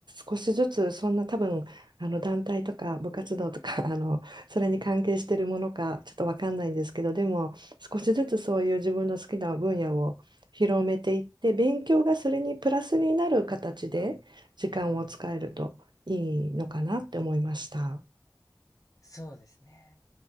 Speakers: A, on the right; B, on the left.
A: 少しずつ、そんな多分、あの団体とか部活動とか、<laughs> あの、それに関係してるものか、ちょっとわかんないんですけど、でも、少しずつそういう自分の好きな分野を広めていって、勉強がそれにプラスになる形で時間を使えるといいのかなって思いました。
B: そうですね。